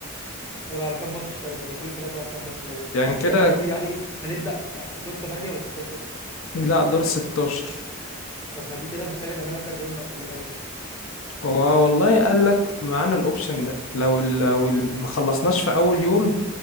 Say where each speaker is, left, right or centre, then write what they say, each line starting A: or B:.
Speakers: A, on the left; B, on the left.
A: هيبقى على كام ماتش طيب يعني كل فرقة هتلعب كام ماتش لو
B: يعني كده
A: يعني قصدي يعني هنبدأ آه، دور 8 ولا 16
B: لا دور 16
A: طب ما دي كده محتاجة نعملها كذا يوم بقى خلي بالك
B: هو والله قال لك معانا الاوبشن ده لو ال... لو ال- ما خلصناش في اول يوم